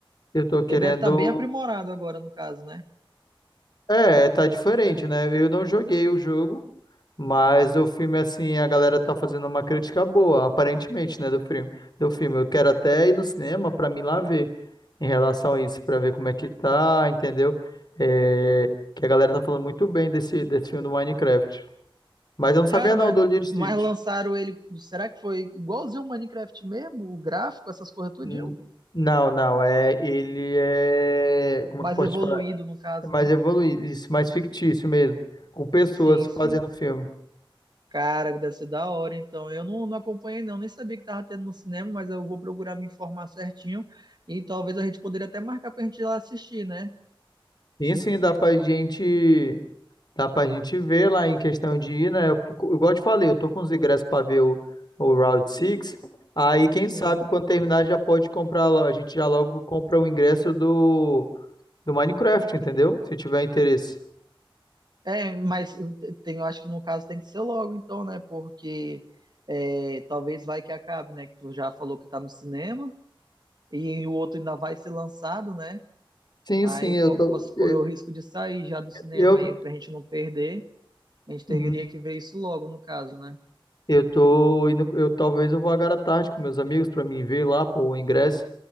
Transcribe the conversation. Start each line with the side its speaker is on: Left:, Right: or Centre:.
Left: Eu tô querendo.
Right: Ele deve estar bem aprimorado agora, no caso, né?
Left: É, tá diferente, né? Eu não joguei o jogo, mas o filme, assim, a galera tá fazendo uma crítica boa, aparentemente, né, do filme. Do filme. Eu quero até ir no cinema pra mim lá ver em relação a isso, pra ver como é que tá, entendeu? É, Que a galera tá falando muito bem desse, desse filme do Minecraft. Mas eu não sabia,
Right: Cara,
Left: não,
Right: mas,
Left: do Lilo e Stitch.
Right: mas lançaram ele. Será que foi igualzinho o Minecraft mesmo? O gráfico, essas coisas tudinho?
Left: N- Não, não, é. Ele é. Como
Right: Mais
Left: é que eu posso
Right: evoluído,
Left: te falar?
Right: no caso,
Left: É mais
Right: né?
Left: evoluído, isso, mais fictício mesmo. Com pessoas
Right: Sim,
Left: fazendo
Right: sim.
Left: filme.
Right: Cara, que deve ser da hora, então. Eu não, não acompanhei, não. Nem sabia que tava tendo no cinema, mas eu vou procurar me informar certinho. E talvez a gente poderia até marcar pra gente ir lá assistir, né?
Left: Sim, sim, dá pra gente, dá pra gente ver lá em questão de ir, né? Eu- igual eu te falei, eu tô com os ingressos pra ver o, o Round Six. Aí, quem
Right: Sim.
Left: sabe, quando terminar, já pode comprar lá. A gente já logo compra o ingresso do, do Minecraft, entendeu? Se tiver interesse.
Right: É, mas te- tem, eu acho que no caso tem que ser logo, então, né? Porque é, talvez vai que acabe, né? Que tu já falou que tá no cinema. e o outro ainda vai ser lançado, né?
Left: Sim,
Right: Aí
Left: sim,
Right: po-
Left: eu tô.
Right: posso correr
Left: Eu,
Right: o risco de sair já do cinema
Left: eu,
Right: aí pra gente não perder. A gente teria
Left: uhum,
Right: que ver isso logo, no caso, né?
Left: eu tô indo. Eu talvez eu vou agora à tarde com meus amigos pra me ver lá, pô, o ingresso